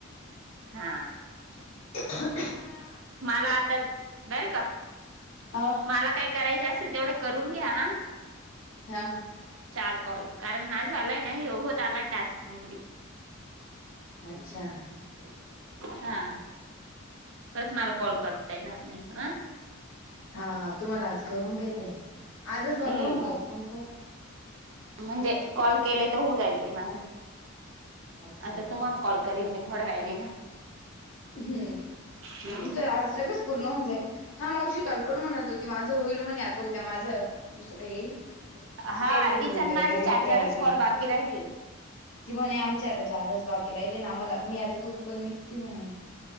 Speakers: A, on the right; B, on the left.
A: हा.
B: <inaudible>
A: मला आता बर का,
B: अ
A: मला काय करायचे असेल तेवढे करून घ्या.
B: हा.
A: चार कॉल, कारण माझं झालंय ना हे होत आलाय टास्क कम्प्लीट.
B: अच्छा. पैसाच पाहिजे.
A: हा परत मला कॉल करता येणार नाही आ.
B: हा तुम्हाला आज करून घेते आजच
A: हम्म
B: बंद होणार आहे तुमचं.
A: म्हणजे कॉल केले तर होऊ जाईल ते माझं.
B: अच्छा
A: आता तुम्हाल कॉल करीन मी थोड्या वेळाने. ना
B: हम्म,
A: हम्म
B: मग तुमचं आज लगेच पूर्ण होऊन जाईल. हा मावशी काल पण म्हणत होती माझं होईल म्हणे आता उद्या माझं दुसरं येईल. ती
A: हा
B: कायतरी
A: तिचे
B: दूध
A: आणि
B: वगैरे
A: माझे चार
B: विकायला
A: चारच
B: गेली.
A: कॉल बाकी राहिले
B: ती म्हणे आमच्या आता चारच बाकी राहिले, आणि मला मी आता दुधपण विकती म्हणे.